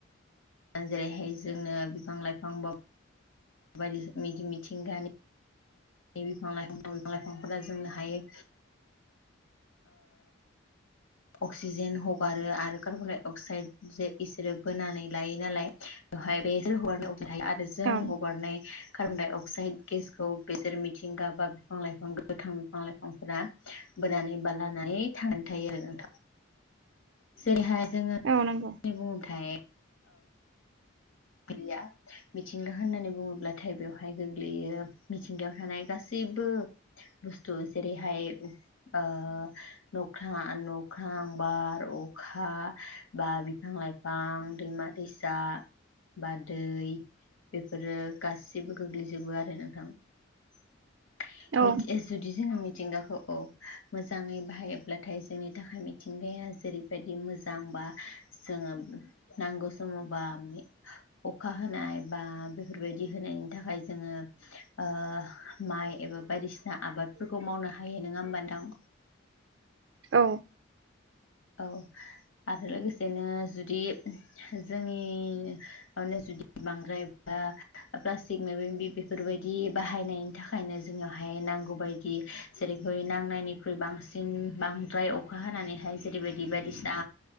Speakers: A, on the left; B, on the right.
A: जेरैहाय, जोंनो बिफां, लाइफांब! बाइदि मिथिं गानि। बिफां, लाइफांफोरा जोंनो हायो, अक्सिजेन हगारो आरो कार्बनडाइ अक्साइद जे इसोरो बोनानै लायो नालाय बेसोर हगारनाय अफ थायो आरो जों
B: औ
A: हगारनाय कार्बनडाइ अक्सि अक्साइड गेसखौ बेसोर मिथिंगा बा बिफां लाइफां गोथां बिफां लाइफांफोरा बोनानै माबा, लानानै, थांनानै थायो, आरो! जेरै, हाय जोङो,
B: औ नंगौ
A: बुङोबथाय! या मिथिंगा होननानै, बुङोब्ला थाय बेवहाय गोग्लैयो, मिथिंगायाव, थानाय गासै, ! जबो, बुस्थु, जेरैहाय! ओ, नख्रां, बार, अखा बा बिफां, ! बिफां लाइफां, दैमा, दैसा! बा, दै, बेफोरो गासैबो, गोग्लैजोबो आरो ना! नोंथां, <unintelligible>
B: औ।
A: जुदि जोङो मिथिंगाखौ औ मोजाङै बाहाय अब्लाथाय जोंनि थाखाय मिथिंगाया जेरैबायदि मोजां बा जोङो नांगौ समाव बारनि अखा अखा होनाय बा बेफोरबायदि होनायनि थाखाय जोङो ओ माइ एबा बायदिसिना आबादफोरखौ मावनो हायो नङा होमबा नोंथां?
B: औ।
A: औ आरो लोगोसे ओरैनो जुदि जोंनियावनो जुदि बांद्राय बा प्लास्टिक माबा मिबि बेफोरबायदि बाहायनायनि थाखायनो जोंनियावहाय नांगौ बायदि जेरै बै नांनायनिख्रुय बांसिन बांद्राय अखा हानानैहाय जे जेरैबायदि बायदिसिना